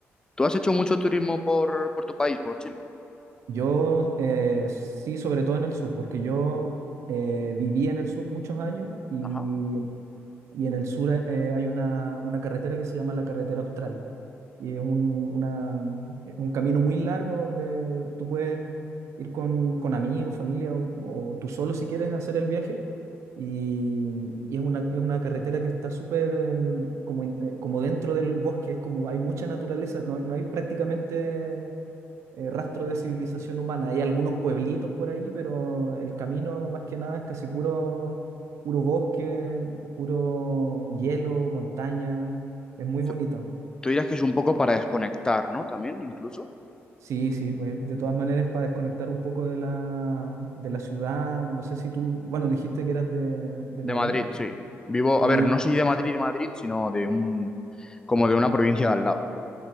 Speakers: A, on the left; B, on the right.
A: ¿Tú has hecho mucho turismo por, por tu país, por Chile?
B: Yo eh, sí, sobre todo en el sur, porque yo eh, viví en el sur muchos años y,
A: Ajá. O
B: y en el sur eh, eh, hay una, una carretera que se llama la Carretera Austral. Y es un, una- un camino muy largo donde tú puedes ir con, con amigos, familia o, o tú solo si quieres hacer el viaje. Y, y es una, es una carretera que está súper eh, como, en- eh, como dentro del bosque, es como hay mucha naturaleza, no, no hay prácticamente eh, rastro de civilización humana. Hay algunos pueblitos por ahí, pero el camino más que nada es casi puro, puro bosque, puro hielo, montaña. Es muy bonito.
A: sea, Tú dirás que es un poco para desconectar, ¿no? También, incluso.
B: Sí, sí, pues, de todas maneras para desconectar un poco de la, de la ciudad. No sé si tú, bueno, dijiste que eras de, de
A: De
B: Madrid.
A: Madrid, sí. Vivo,
B: Ahí
A: a ver, no soy de Madrid, Madrid, sino de un, como de una provincia de al lado.